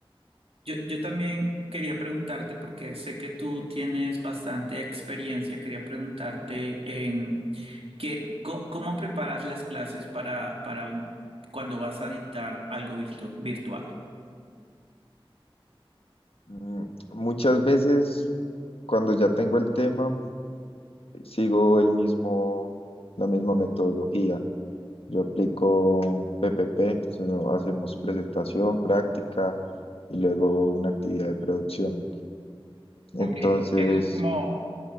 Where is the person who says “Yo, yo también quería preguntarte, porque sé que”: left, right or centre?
Right